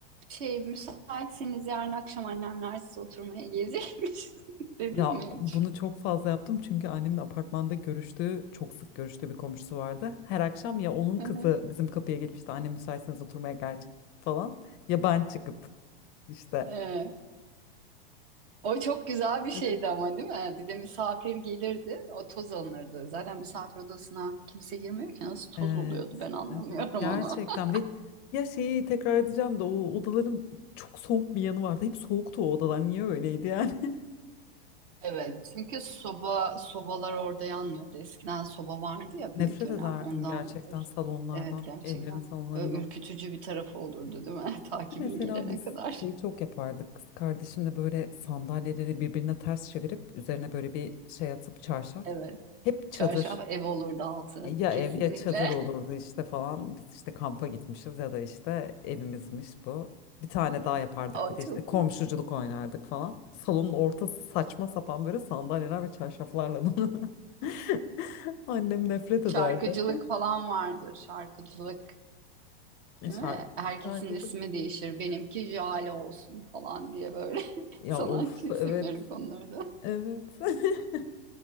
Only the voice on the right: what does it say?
Şey, müsaitseniz yarın akşam annemler size oturmaya gelecekmiş. <laughs> Dedin
mi
hiç?
<laughs>
Hı
Ee, o çok güzel bir
şeydi ama değil mi? Bir de misafir gelirdi, o toz alınırdı. Zaten misafir odasına kimse girmiyor ki nasıl
toz oluyordu ben anlamıyorum
onu. <laughs>
Evet, çünkü soba sobalar orada yanmıyordu. Eskiden soba vardı ya
bir dönem
ondandır.
Evet gerçekten.
Böyle ürkütücü bir tarafı olurdu değil mi? <laughs> Ta bir
gelene
kadar.
Evet.
Çarşaf ev olurdu altı.
Kesinlikle.
<laughs> O
çok
iyi.
Şarkıcılık
falan vardır. Şarkıcılık,
değil
mi? Herkesin
ismi değişir. Benimki Jale olsun falan diye böyle <laughs>
sanatçı
isimleri
konulurdu.